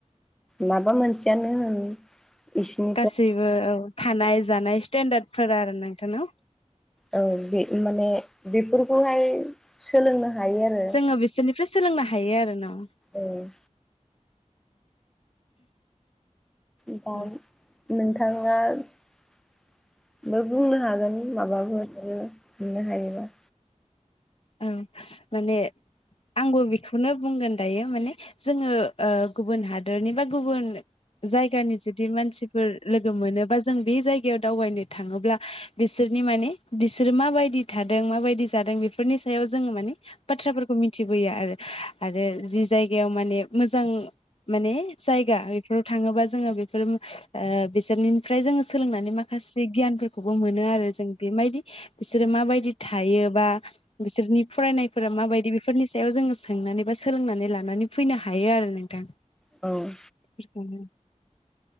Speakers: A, in the centre; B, on the left (about 50°).
A: माबा मोनसेयानो होन इसिनि
B: गासैबो औ थानाय जानाय स्टेेनडार्द फोर आरो नोंथांनाव
A: औ बि माने बेफोरखौहाय सोलोंनो हायो आरो
B: जोङो बिसोरनिफ्राय सोलोंनो हायो आरो ना।
A: ए दा
B: औ
A: नोंथा ङानो बुंनो हागोन। माबाबो हमनो हायोबा
B: औ माने आंबो बेखौनो बुंगोन दायो माने जोङो ओ गुबुन हादरनि बा गुबुन जायगानि जुदि मानसिफोर लोगो मोनो बा जों बे जायगायाव दावबायनो थाङोब्ला बिसोरनि माने बिसोरो माबायदि थादों माबायदि जादों बेफोरनि सायाव जोङो माने बाथ्राफोरखौ मिथिबोयो आरो आरो जि जायगायाव माने मोजां माने जायगा इफोराव थाङोबा जोङो बेफोर बिसोरनिफ्राय जोङो सोलोंनानै माखासे गियानफोरखौबो मोनो। आरो जों बेबायदि बिसोरो माबायदि थायो बा बिसोरनि फरायनायफोरा माबायदि बेफोरनि सायाव जोङो सोंनानै बा सोलोंनानै लानानै फैनो हायो। आरो नों <unintelligible>
A: औ
B: खिथानो